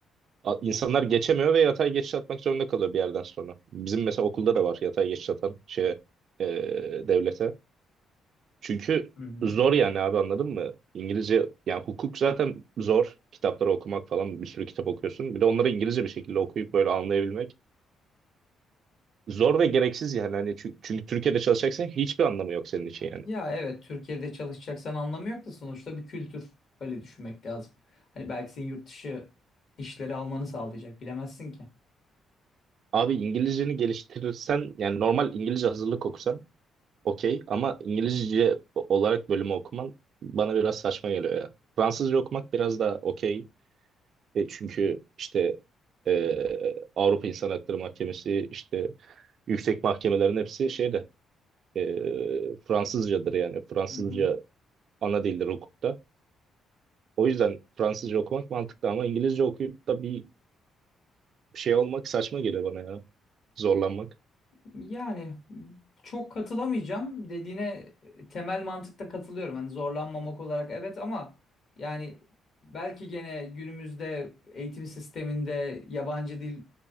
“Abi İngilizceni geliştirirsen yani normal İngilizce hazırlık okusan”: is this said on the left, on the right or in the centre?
Right